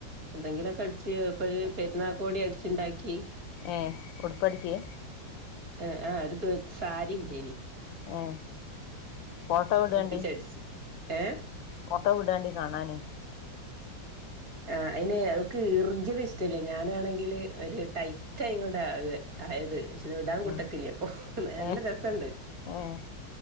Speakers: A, on the right; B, on the left.
A: എന്തെങ്കിലുമൊക്കെ അടിച്ച് ഇപ്പൊ ഒരു പെരുന്നാാക്കോടി അടിച്ചുണ്ടാക്കി
B: ഏ ഉടുപ്പടിക്കെ
A: ആ ആ അടുത്തത്ത് സാരി ഉണ്ടേ ഇനി
B: ആ ഫട്ടോ വിട
A: ഒപ്പിച്ചടിച്ച് ഏഹ്
B: ഫോട്ടോ വിടാണ്ടി കാണാന്
A: ആ അതിന് അവക്ക് ഈർഗ്യത ഇഷ്ടല്ലേ ഞാനാണെങ്കില് ഒരു ടൈറ്റ ആയിങ്ങോട ആയത് പക്ഷി ടാൻ കുട്ടക്കില്ലേ
B: ആഹ്
A: അപ്പൊ നല്ല
B: ഏഹ്
A: രസുണ്ട്
B: ഏഹ്